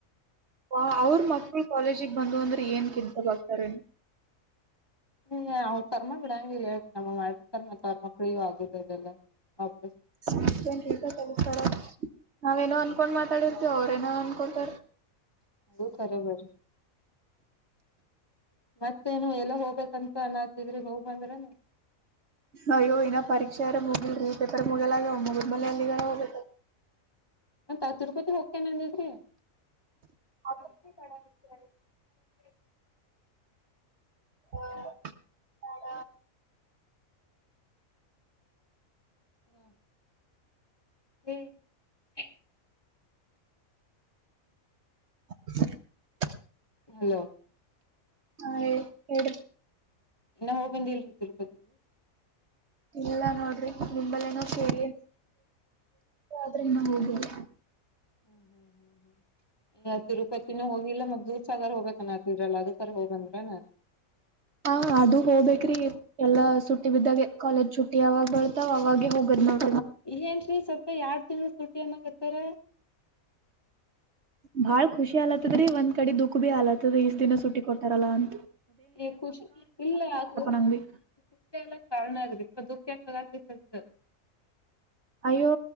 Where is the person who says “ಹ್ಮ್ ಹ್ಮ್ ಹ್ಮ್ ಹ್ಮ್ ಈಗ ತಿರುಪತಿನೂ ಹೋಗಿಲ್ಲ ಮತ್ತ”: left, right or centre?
Left